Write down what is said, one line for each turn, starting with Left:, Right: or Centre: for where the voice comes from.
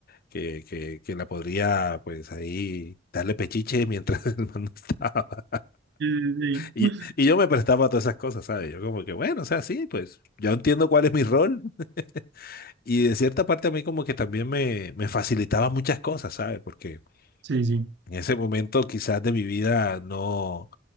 Left: que, que, que la podría pues ahí darle pechiche mientras <laughs> el man no estaba.
Right: Sí, sí,
Left: Y,
Right: sí.
Left: y yo me prestaba a todas esas cosas, ¿sabes? Yo como que bueno, o sea, sí, pues yo entiendo cuál es mi rol <laughs> y de cierta parte a mí como que también me, me facilitaba muchas cosas, ¿sabes? Porque
Right: Sí, sí.
Left: en ese momento quizás de mi vida no,